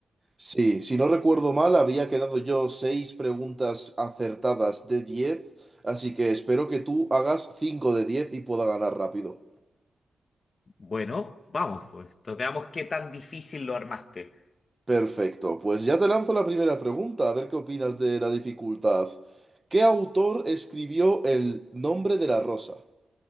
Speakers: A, on the right (about 20°); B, on the left (about 50°).
A: Sí, si no recuerdo mal, había quedado yo seis preguntas acertadas de 10, así que espero que tú hagas 5 de 10 y pueda ganar rápido.
B: Bueno, vamos, pues, entonces veamos qué tan difícil lo armaste.
A: Perfecto, pues ya te lanzo la primera pregunta, a ver qué opinas de la dificultad. ¿Qué autor escribió El nombre de la rosa?